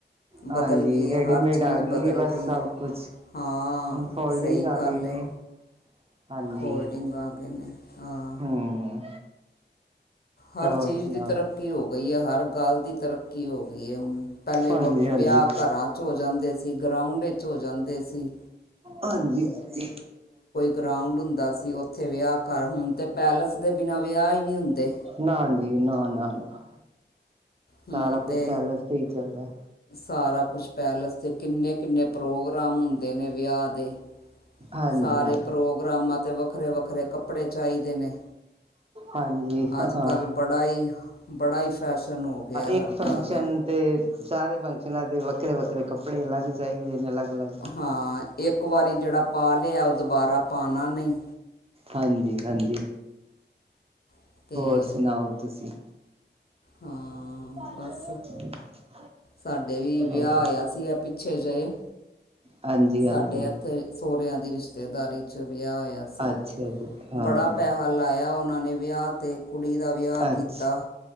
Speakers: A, on the left (about 55°); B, on the right (about 35°).
A: ਬਦਲ
B: ਹਾਂਜੀ
A: ਗਈ
B: ਰੇਡੀਮੇਡ
A: ਹੈ ਹਰ ਚੀਜ਼
B: ਆ ਗੀ
A: ਬਦਲ
B: ਏ। ਬਸ
A: ਗਈ
B: ਸਭ
A: ਹੈ
B: ਕੁਛ
A: ਹਾਂ
B: ਹੁਣ ਫੋਲਡਿੰਗ
A: ਸਹੀ
B: ਆ
A: ਗੱਲ
B: ਗੇ ਨੇ।
A: ਹੈ
B: ਹਾਂਜੀ
A: ਫੋਲਡਿੰਗ ਆ ਗਏ ਨੇ। ਹਾਂ।
B: ਹਮ
A: ਹਰ
B: ਹੋਰ
A: ਚੀਜ਼
B: ਸੁਣਾਓ
A: ਦੀ ਤਰੱਕੀ ਹੋ ਗਈ ਏ। ਹਰ ਗੱਲ ਦੀ ਤਰੱਕੀ ਹੋ ਗੀ ਏ ਹੁਣ। ਪਹਿਲੇ
B: ਹਾਂਜੀ
A: ਵ
B: ਹਾਂਜੀ
A: ਵਿਆਹ ਘਰਾਂ 'ਚ ਹੋ ਜਾਂਦੇ ਸੀ ਗਰਾਊਂਡ ਇਚ ਹੋ ਜਾਂਦੇ ਸੀ।
B: ਹਾਂਜੀ-ਹਾਂਜੀ।
A: ਗਰਾਉਂਡ ਹੁੰਦਾ ਸੀ। ਉੱਥੇ ਵਿਆਹ ਕਰ ਹੁਣ ਤੇ ਪੈਲੇਸ ਦੇ ਬਿਨਾਂ ਵਿਆਹ ਈ ਨੀ ਹੁੰਦੇ।
B: ਨਾ ਦੀ ਨਾ-ਨਾ-ਨਾ।
A: ਹੁਣ
B: ਸਾਰਾ
A: ਤਾਂ
B: ਕੁਛ ਪੈਲੇਸ ਤੇ ਹੀ ਚੱਲਦਾ।
A: ਸਾਰਾ ਕੁਛ ਪੈਲੇਸ ਕਿੰਨੇ ਕਿੰਨੇ ਪ੍ਰੋਗਰਾਮ ਹੁੰਦੇ ਨੇ ਵਿਆਹ ਦੇ
B: ਹਾਂਜੀ
A: ਸਾਰੇ
B: ਹਾਂਜੀ
A: ਪ੍ਰੋਗਰਾਮਾਂ ਵੱਖਰੇ-ਵੱਖਰੇ ਕੱਪੜੇ ਚਾਹੀਦੇ ਨੇ
B: ਹਾਂਜੀ ਹਾਂ
A: ਅੱਜ ਕੱਲ੍ਹ ਬੜਾ ਹੀ ਬੜਾ ਫੈਸ਼ਨ ਹੋ ਗਿਆ।
B: ਇੱਕ
A: ਹਰ
B: ਫੰਕਸ਼ਨ
A: ਗੱਲ ਦਾ
B: ਅਤੇ ਸਾਰੇ ਫੰਕਸ਼ਨਾਂ ਦੇ ਵੱਖਰੇ-ਵੱਖਰੇ ਕੱਪੜੇ ਅਲੱਗ ਚਾਹੀਦੇ ਨੇ ਅਲੱਗ, ਅਲੱਗ
A: ਹਾਂ ਇੱਕ ਵਾਰੀ ਜਿਹੜਾ ਪਾ ਲਿਆ ਉਹ ਦੁਬਾਰਾ ਪਾਣਾ ਨਹੀਂ
B: ਹਾਂਜੀ-ਹਾਂਜੀ,
A: ਅਤੇ
B: ਹੋਰ ਸੁਣਾਓ ਤੁਸੀਂ?
A: ਹਾਂ,
B: <unintelligible>
A: ਬਸ ਸਾਡੇ ਵੀ ਵਿਆਹ
B: ਹੋਰ
A: ਹੋਇਆ ਸੀਗਾ ਪਿੱਛੇ ਜਿਹੇ,
B: ਹਾਂਜੀ ਹਾਂਜੀ
A: ਸਾਡੇ ਹੱਥ ਸੋਹਰਿਆਂ ਦੀ ਰਿਸ਼ਤੇ ਰਿਸ਼ਤੇਦਾਰੀ ਵਿਆਹ ਹੋਇਆ ਸੀ
B: ਅੱਛਾ ਜੀ ਹਾਂ
A: ਬੜਾ ਪੈਸਾ ਲਾਇਆ ਉਹਨਾਂ ਨੇ ਵਿਆਹ 'ਤੇ ਕੁੜੀ ਦਾ ਵਿਆਹ
B: ਅੱਛਾ
A: ਕੀਤਾ।